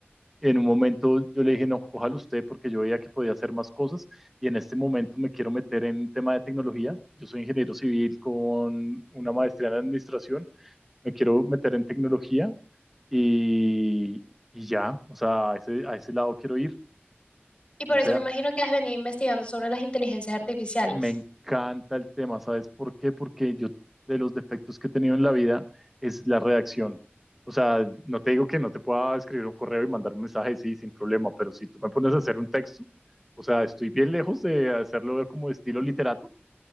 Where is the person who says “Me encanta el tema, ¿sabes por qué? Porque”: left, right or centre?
Centre